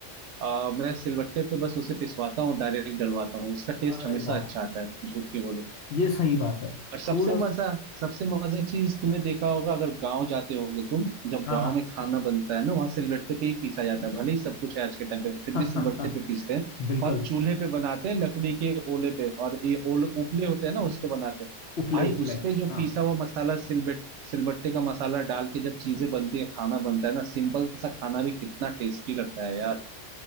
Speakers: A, on the right (about 75°); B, on the left (about 60°).
A: आ, मैं सिलवट्टे पे बस उसे पिसवाता हूँ डायरेक्ट डलवाता हूँ उसका टेस्ट
B: अरे
A: हमेशा
B: वाह
A: अच्छा आता है झूठ क्यों बोलूं
B: ये सही बात है
A: और सबसे
B: थोड़ा
A: मजा
B: सा
A: सबसे मजा चीज तुम्हें देखा होगा अगर गांव जाते होगे तुम जब
B: हाँ
A: गांव
B: हाँ
A: में खाना बनता है ना वहां सिलबट्टे पे ही पीसा जाता है भले ही सब कुछ है आज के टाइम पे फिर
B: हाँ
A: भी सिलबट्टे पे पीसते
B: <laughs>
A: हैं
B: बिल्कुल
A: और चूल्हे पे बनाते हैं लकड़ी के ओले पे और ये ओल उपले होते हैं ना उस पे बनाते हैं
B: उपले
A: भाई
B: उपले
A: उस पे जो
B: हाँ
A: पीसा हुआ मसाला सिलबट सिलबट्टे का मसाला डाल के जब चीजें बनती है खाना बनता है ना सिंपल सा खाना भी कितना टेस्टी लगता है यार